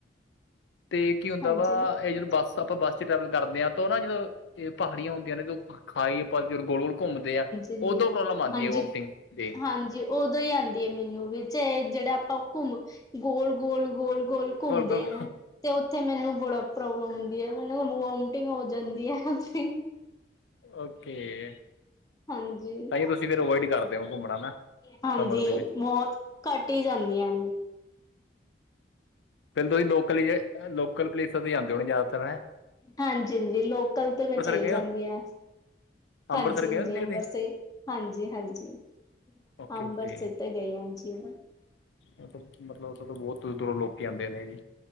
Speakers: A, on the left; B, on the left.
A: ਤੇ ਕੀ ਹੁੰਦਾ
B: ਹਾਂਜੀ
A: ਵਾ ਏ, ਜਦੋਂ ਬੱਸ ਆਪਾਂ ਬੱਸ ਟਰੈਵਲ ਕਰਦੇ ਹਾਂ, ਤਾਂ ਉਹ ਨਾ, ਜਦੋਂ ਇਹ ਪਹਾੜੀਆਂ ਹੁੰਦੀਆਂ ਨੇ, ਜਦੋਂ ਖ--ਖਾਈ ਆਪਾਂ, ਜਦੋਂ ਗੋਲ-ਗੋਲ ਘੁੰਮਦੇ ਆ।
B: ਜੀ,
A: ਉਦੋਂ ਪ੍ਰੋਬਲਮ ਆਉਂਦੀ
B: ਹਾਂਜੀ,
A: ਹੈ ਵੋਮਟਿੰਗ ਦੀ
B: ਹਾਂਜੀ। ਓਦੋਂ ਈ ਆਂਦੀ ਏ ਮੈਨੂੰ ਵੀ, ਚੇ ਜਿਹੜਾ ਆਪਾਂ ਘੁੰਮ ਗੋਲ-ਗੋਲ ਗੋਲ-ਗੋਲ ਘੁੰਮਦੇ
A: ਗੋਲ ਗੋਲ
B: ਐ ਨਾ, ਤੇ ਉੱਥੇ ਮੈਨੂੰ ਬੜਾ ਪ੍ਰੋਬਲਮ ਹੁੰਦੀ ਐ, ਮੈਨੂੰ ਵੋਮਟਿੰਗ ਹੋ ਜਾਂਦੀ ਐ ਉੱਥੀ।
A: ਓਕੇ,
B: ਹਾਂਜੀ
A: ਤਾਂਈਓ ਤੁਸੀਂ ਫੇਰ ਅਵੋਇਡ ਕਰਦੇ ਓ ਘੁੰਮਣਾ ਨਾ।
B: ਹਾਂਜੀ,
A: ਸਮਰ ਦੇ ਵਿੱਚ
B: ਬਹੁਤ ਘੱਟ ਈ ਜਾਂਦੀ ਆ।
A: ਫੇਰ ਤੁਸੀਂ ਲੋਕਲ ਜੇ, ਲੋਕਲ ਪੇਲੇਸਾ ਤੇ ਈ ਜਾਂਂਦੇ ਹੋਣੇ ਜ਼ਿਆਦਾਤਰ, ਹੈਂ?
B: ਹਾਂਜੀ-ਹਾਂਜੀ, ਲੋਕਲ ਤੇ ਮੈਂ ਚਲੀ
A: ਗਏ
B: ਜਾਂਦੀ
A: ਹੋ
B: ਆਂ। ਹਾਂਜੀ-ਹਾਂਜੀ,
A: ਅੰਮ੍ਰਿਤਸਰ ਗਏ ਹੋ ਤੁਸੀਂ
B: ਅੰਬਰਸਰ,
A: ਕਦੇ
B: ਹਾਂਜੀ-ਹਾਂਜੀ।
A: ਓਕੇ
B: ਅੰਬਰਸਰ
A: ਓਕੇ
B: ਤਾਂ ਗਈ ਆ, ਹਾਂਜੀ।
A: ਮਤਲਬ ਮਤਲਬ ਉੱਥੋਂ ਤਾਂ ਬਹੁਤ ਦੂਰ ਦੂਰੋਂ ਲੋਕ ਆਉਂਦੇ ਨੇ ਜੀ